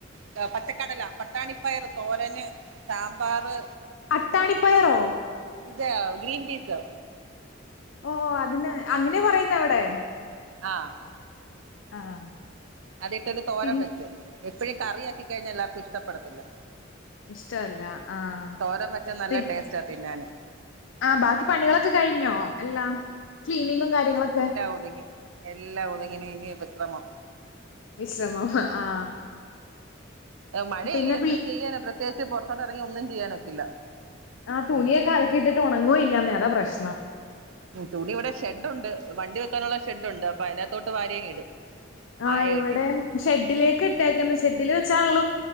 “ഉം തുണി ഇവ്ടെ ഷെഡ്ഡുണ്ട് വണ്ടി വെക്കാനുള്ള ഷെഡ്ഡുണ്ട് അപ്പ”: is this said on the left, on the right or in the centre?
Right